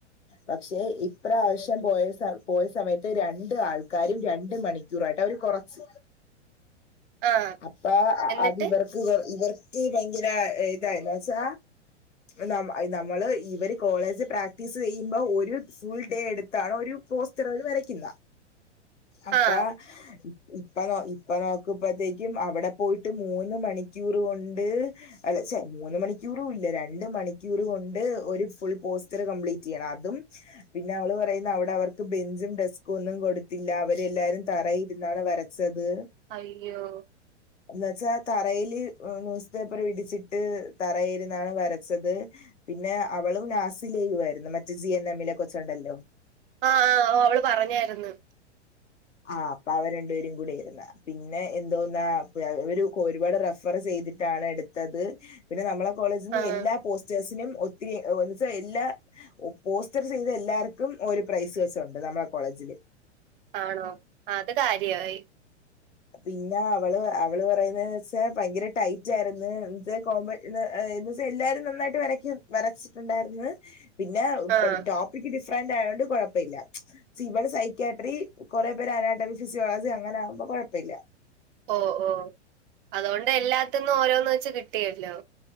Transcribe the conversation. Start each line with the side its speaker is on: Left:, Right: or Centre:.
Left: പക്ഷെ ഇപ്രാവശ്യം പോയ സൽ പോയ സമയത്ത് രണ്ട് ആൾക്കാരും രണ്ട് മണി ക്യൂറായിട്ട് അവര് കൊറച്ച്
Right: ആഹ്
Left: അപ്പ അ
Right: എന്നിട്ട്
Left: അതിവർ ക്ക് വർ ഇവർക്ക് ഭയങ്കര ഇതായി ന്ന സാ നമ്മ നമ്മള് ഇവര് കോളേജ് പ്രാക്ടീസ് യ്മ്പോ ഒര് ഫുൾ ഡേ എടുത്താണ് ഒരു പോസ്റ്ററേര് വരക്യുക അപ്പാ
Right: ആഹ്
Left: ഇപ്പ ഇപ്പ നോ ഇപ്പ നോക്കുമ്പത്തേക്യും അവ്ടെ പോയിട്ട് മൂന്ന് മണിക്കൂർ കൊണ്ട് അല്ല സെ മൂന്ന് മണിക്യൂറുല്ല രണ്ട് മണി ക്യൂറ്കൊണ്ട് ഒരു ഫുൾ പോസ്റ്റർ കംപ്ലീറ്റീയണഅതും പിന്നെ അവള് പറയുന്ന അവ്ടെ അവർക്ക് ബെഞ്ചും ഡെസ്കൊന്നും കൊടുത്തില്ല അവരെല്ലാരും തറയി ര്ന്നാണ് വര ച്ചത്.
Right: അയ്യോ
Left: എന്നച്ചാ തറയില് ന്യൂസ് പേപ്പർ വിരിച്ചിട്ട് തറേ ഇരിന്നാണ് വരച്ചത് പിന്നെ അവളും നാസിലേയും ആയിരുന്നു മറ്റേ ജി എൻ എമ്മിലെ കൊച്ചുണ്ടല്ലോ.
Right: ആഹ് ആഹ് അവള് പറഞ്ഞായിരുന്നു.
Left: ആഹ് അപ്പൊ അവ രണ്ടുപേരും കൂടി ഇരുന്നാ പിന്നെ എന്തോന്നാ പ്പോ അവര് ഒരുപാട് റഫർ ചെയ്തിട്ടാണ് എടു ത്തത് പിന്നെ നമ്മളെ കോളേജ്ന്ന്
Right: ആഹ്
Left: എല്ലാ പോസ്റ്റേഴ്സിനും ഒത്തിരി എന്നച്ചാ എല്ലാ പോസ്റ്റർ ചെയ്ത എല്ലാർക്കും ഒരു പ്രൈസ് വെച്ചുണ്ട് നമ്മളെ കോളേജില്.
Right: ആണോ അത് കാര്യായി
Left: പിന്നെ അവള് അവള് പറയുന്നവെച്ചാ ഭയങ്കര ടൈറ്റ് ആയിരുന്നു എന്ത് കോബ എന്ന് വെച്ചാ എല്ലാരും നന്നായിട്ട് വരക്കും വരച്ചിട്ടുണ്ടായിരുന്നു പിന്നെ
Right: ആഹ്
Left: ഡോ പിക് ഡിഫ്രന്റ് ആയോണ്ട് കുഴപ്പയില്ല സ് ഇവള് സൈക്കയാട്രി കുറേ പേര് അനാറ്റമി ഫിസിയോളജി അങ്ങനെ ആകുമ്പോ കുഴപ്പയില്ല
Right: ഓഹ് ഓഹ് അതോണ്ട് എല്ലാത്തിന്ന് ഓരോന്ന് വെച്ച് കിട്ടിയല്ലോ